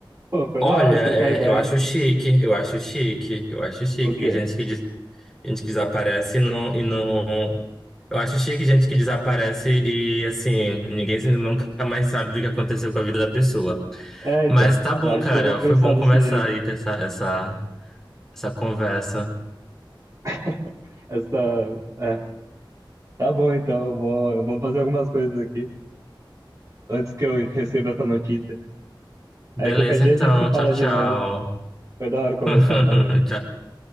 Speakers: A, on the right; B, in the centre.
A: pô, foi
B: Olha,
A: da hora trocar
B: é,
A: ideia.
B: eu acho chique, eu acho chique, eu acho chique
A: O
B: que
A: quê?
B: gente que, des- gente que desaparece e não, e não. Eu acho chique gente que desaparece e, assim, ninguém se- nunca mais sabe do que aconteceu com a vida da pessoa.
A: É, então,
B: Mas tá bom,
A: eu acho
B: cara,
A: que eu vou pensar
B: foi bom
A: desse
B: conversar
A: jeito.
B: e ter essa, essa, essa conversa.
A: <laughs> Essa, é, tá bom, então, eu vou, eu vou fazer algumas coisas aqui antes que eu receba essa notícia.
B: Beleza,
A: Aí qualquer dia
B: então,
A: a gente se fala
B: tchau, tchau.
A: de novo. Foi da hora conversar,
B: <laughs>
A: valeu.
B: Tchau.